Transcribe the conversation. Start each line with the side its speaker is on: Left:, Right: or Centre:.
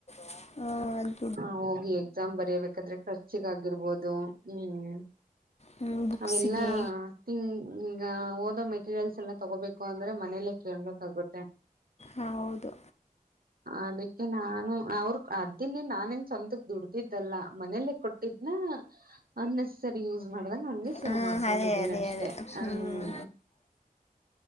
Left: ಹ್ಮ ಅದ
Right: ಹ ಹೋಗಿ ಎಕ್ಸಾಮ್ ಬರಿಬೇಕಾದ್ರೆ ಖರ್ಚಿಗ ಆಗಿರ್ಬೋದು ಹ್ಮ್
Left: ಹ್ಮ್ ಬುಕ್ಸಿಗೆ
Right: ಅವೆಲ್ಲಾ ತಿಂಗ ಈಂಗ ಓದೋ ಮೆಟೀರಿಯಲ್ಸ್ ತಗೋಬೇಕು ಅಂದ್ರೆ ಮನೇಲೆ ಕೇಳ್ಬೇಕಾಗುತ್ತೆ
Left: ಹೌದು
Right: ಅದಕ್ಕೆ ನಾನು ಅವರು ಅದ್ದಿನೇ. ಮೀನ್ಸ್ ಸ್ವಂತಕ್ ದುಡ್ತಿದ್ದಲ್ಲ ಮನೇಲ್ಲ ಕೊಟ್ಟಿದ್ನ ಅಸಸರಿ ಯೂಸ್ ಮಾಡ್ದಂಗ ಹಂಗೆ ಸೇವ್
Left: ಹ
Right: ಮಾಡ್ಕೊಂಡಿದೀನಿ
Left: ಅದೇ ಅದೇ
Right: ಅಷ್ಟೆ
Left: ಅದೇ
Right: ಹ್ಮ
Left: ಹ್ಮ್